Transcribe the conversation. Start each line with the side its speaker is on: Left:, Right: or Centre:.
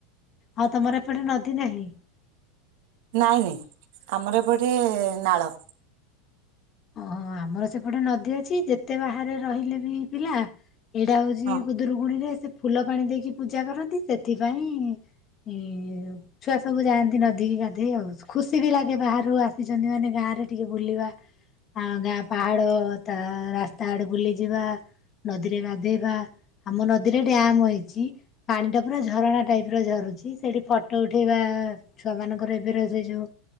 Left: ହଁ ତମର ଏପଟେ ନଦୀ ନାହିଁ?
Right: ନାଇଁ ନାଇଁ ଆମର ଏପଟେ ନାଳ।
Left: ଓହୋ ଆମର ସେପଟେ ନଦୀ ଅଛି ଯେତେ ବାହାରେ ରହିଲେ ବି ପିଲା ଏଇଟା ହଉଛି
Right: ହଁ
Left: ଖୁଦୁରୁକୁଣୀ ରେ ସେ ଫୁଲ ପାଣି ଦେଇକି ପୂଜା କରନ୍ତି ସେଥିପାଇଁ ଇ ଛୁଆ ସବୁ ଯାଆନ୍ତି ନଦୀ କିି ଗାଧେଇ ଆଉ ଖୁସି ବି ଲାଗେ ବାହାରୁ ଆସିଛନ୍ତି ମାନେ ଗାଁ ରେ ଟିକେ ବୁଲିବା। ଆଉ ଗାଁ ପାହାଡ଼ ତା ରାସ୍ ତା ଆଡେ ବୁଲି ଯିବା ନଦୀରେ ଗାଧେଇବା, ଆମ ନଦୀରେ ଡ୍ୟାମ ହେଇଛି। ପାଣି ଟା ପୁରା ଝରଣା ଟାଇପ ର ଝରୁଛି ସେଠି ଫଟୋ ଉଠେଇବା ଛୁଆ ମାନଙ୍କର ଏବେର ସେ ଯୋଉ